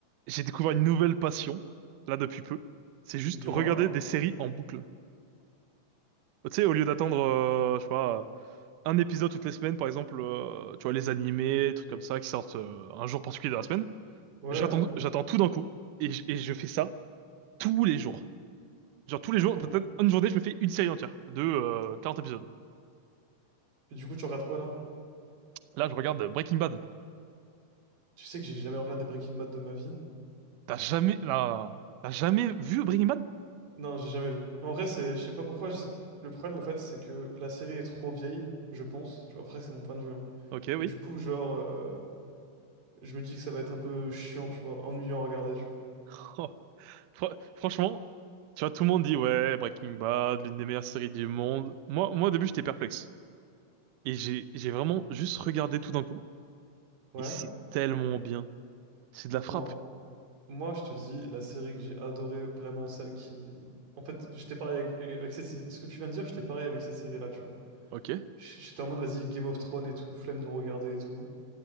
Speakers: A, on the right; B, on the right.
A: J'ai découvert une nouvelle passion, là, depuis peu. C'est juste
B: Dis-moi.
A: regarder des séries en boucle. Tu sais, au lieu d'attendre, euh, je sais pas, euh, un épisode toutes les semaines, par exemple, euh, tu vois, les animés, trucs comme ça, qui sortent euh, un jour particulier de la semaine,
B: Ouais,
A: j'attends,
B: ouais.
A: j'attends tout d'un coup. Et, je- et je fais ça tous les jours. Genre tous les jours,
B: Comme-
A: peut-être une journée, je me fais une série entière de euh, 40 épisodes.
B: Et Du coup, tu regardes quoi là?
A: Là, je regarde Breaking Bad.
B: Tu sais que j'ai jamais regardé Breaking Bad de ma vie.
A: T'as jamais, là, t'as jamais vu Breaking Bad?
B: Non, j'ai jamais vu. En vrai, c'est, je sais pas pourquoi. je- Le problème, en fait, c'est que la série est trop vieille, je pense. Tu vois, après, c'est mon point de vue. hein.
A: Ok,
B: Et
A: oui.
B: du coup, genre, euh, je me dis que ça va être un peu chiant, tu vois, ennuyant à regarder, tu vois.
A: <laughs> Fr- franchement, tu vois, tout le monde dit, ouais, Breaking Bad, l'une des meilleures séries du monde. Moi, moi, au début, j'étais perplexe. Et j'ai, j'ai vraiment juste regardé tout d'un coup.
B: Ouais.
A: Et c'est tellement bien. C'est de la frappe.
B: Non. Moi, je te dis, la série que j'ai adorée, vraiment celle qui. En fait, j'étais pareil avec, avec cette- ce que tu viens de dire. J'étais pareil avec cette série-là, tu vois.
A: Ok.
B: J'étais en mode, vas-y, Game of Thrones et tout, flemme de regarder et tout.